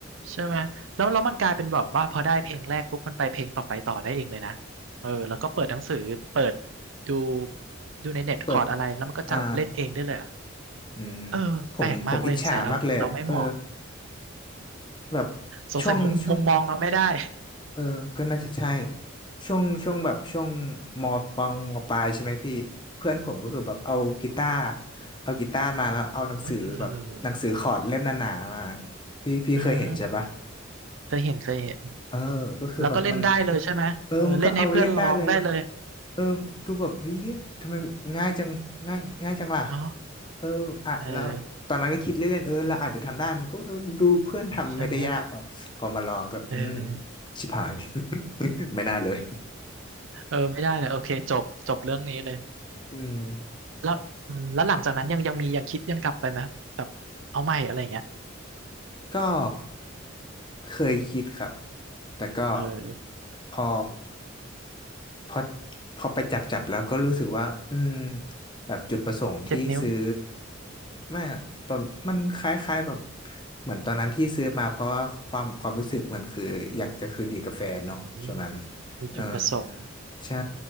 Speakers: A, on the right; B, on the left.
A: ใช่ไหมแล้วแล้วมันกลายเป็นแบบว่าพอได้เพลงแรกปุ๊บมันไปเพลงต่อไปต่อได้เองเลยนะเออแล้วก็เปิดหนังสือเปิดดูดูในเน็ตคอร์ดอะไรแล้วมันก็จับเล่นเองได้เลยอะ
B: เปิดอ่าอืม
A: เออแปลกมากเลยสงสัยเราเราไม่เหมาะ
B: ผมผมอิจฉามากเลย เออ แบบ
A: สงสัยมุมมุมมองเราไม่ได้
B: ช่วงช่วงเออก็น่าจะใช่ช่วงช่วงแบบช่วงมปลองมปลายใช่ไหมพี่เพื่อนผมก็คือแบบเอากีตาร์
A: อืม
B: เอากีตาร์มาแล้วเอาหนังสือแบบหนังสือคอร์ดเล่มหนาๆมา
A: เออ
B: พี่พี่เคยเห็นใช่ปะ
A: อืม เคยเห็นเคยเห็น
B: เออก็คือแบบมัน
A: แล้วก็เล่นได้เลยใช่ไหมเออเล่นให้เพื่อนร้องได้เลย
B: เออมันก็เอาเล่นได้เลยเออดูแบบเฮ้ยทำไมง่ายจังง่ายง่ายจังล่ะ
A: เนาะ
B: เอออ่ะเราตอนนั้นก็คิดเล่นๆเออเราอาจจะทำได้
A: เออ
B: มันก็เออดูเพื่อนทำไม่ได้ยากอ่ะพอมาลองก็อืม
A: ใช่ไหมเออ
B: ชิบหาย <laughs> ไม่น่าเลย
A: เออไม่ได้เลยโอเคจบจบเรื่องนี้เลย
B: อืม
A: แล้วอืมแล้วหลังจากนั้นยังยังมียังคิดยังกลับไปไหมแบบเอาใหม่อะไรอย่างเงี้ย
B: ก็เคยคิดครับแต่ก็
A: เออ
B: พอพอพอไปจับจับแล้วก็รู้สึกว่าอืมแบบจุดประสงค์ที่ซื้อ
A: เจ็บนิ้ว
B: ไม่ประมันคล้ายๆแบบเหมือนตอนนั้นที่ซื้อมาเพราะว่าความความรู้สึกมันคืออยากจะคืนดีกับแฟนเนาะช่วงนั้น
A: อืมมีจุดประสงค์
B: เออ ใช่